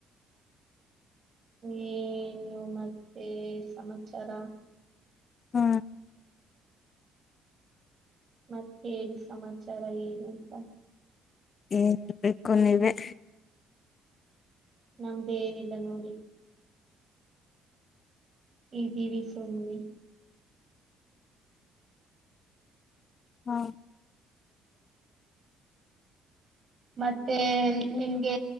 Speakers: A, on the right (about 40°); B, on the left (about 45°).
A: ಏನು ಮತ್ತೆ ಏನ್ ಸಮಾಚಾರ
B: ಹೂ
A: ಮತ್ತ ಏನು ಸಮಾಚಾರ ಏನು ಅಂತ
B: ಏನ್ರ್ಬೇಕು ನೀವೇ
A: ನಮ್ದು ಏನಿಲ್ಲ ನೋಡಿ ಇದೀವಿ ಸುಮ್ನೆ
B: ಹಾ
A: ಮತ್ತೆ ನಿಮ್ಗೆ